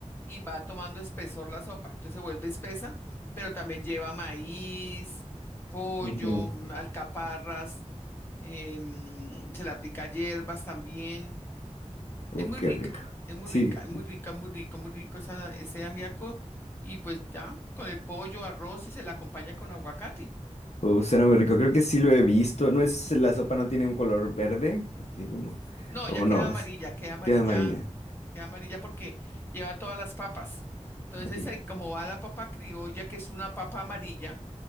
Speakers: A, on the left; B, on the left.
A: y va tomando espesor la sopa. Entonces se vuelve espesa, pero también lleva maíz, pollo,
B: Ujú.
A: alcaparras. em, se le aplica hierbas también.
B: Uf,
A: Es muy
B: qué
A: rica,
B: rico.
A: es muy
B: Sí,
A: rica, es muy rica, muy rico, muy rico esa- ese ajiaco. Y pues ya, con el pollo, arroz y se la acompaña con aguacate.
B: uf, suena muy rico. Creo que sí lo he visto. ¿No es la sopa no tiene un color verde? Así como.
A: No,
B: O
A: ya queda
B: no,
A: amarilla,
B: es.
A: queda amarilla,
B: Queda amarilla.
A: queda amarilla porque lleva todas las papas. Entonces,
B: Oh.
A: ahí como va la papa criolla, que es una papa amarilla,